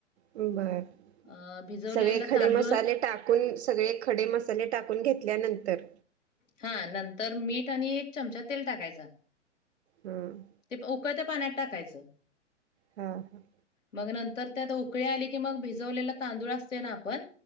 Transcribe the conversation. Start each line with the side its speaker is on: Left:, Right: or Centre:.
Right: <unintelligible>
Left: अ भिजवलेला
Right: सगळे खडे
Left: तांदूळ
Right: मसाले टाक कून सगळे खडे मसाले टाकून घेतल्यानंतर
Left: हां. नंतर मीठ आणि एक चमचा तेल टाकायचा.
Right: हम्म.
Left: ते प उकळ्या पाण्यात टाकायचं.
Right: ह ह.
Left: मग नंतर त्यात उकळी आली की, मग. भिजवलेल तांदूळ असतोय ना. आपण.